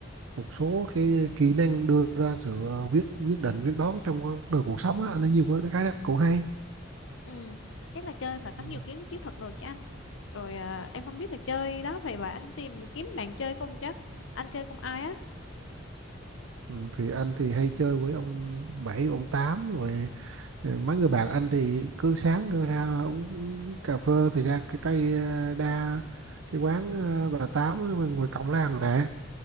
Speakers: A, on the right (about 80°); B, on the left (about 65°).
A: một số cái kỹ năng đưa ra sự ờ, quyết quyết định quyết đoán trong con đời cuộc sống á anh thấy nhiều cái khái năng cũng hay
B: Ừ, chắc là chơi phải có
A: ừ.
B: nhiều chiến chiến thuật đồ chứ anh. Rồi ờ, em không biết là chơi đó vậy và anh tìm kiếm bạn chơi cùng chứ. Anh chơi cùng ai á?
A: Ừ, thì anh thì hay chơi với ông bảy ông tám rồi rồi mấy người bạn anh thì cứ sáng cứ ra uống, uống cà phê thì ra cái cây à, đa cái quán à, bà tám ở ngoài ngoài cổng làng này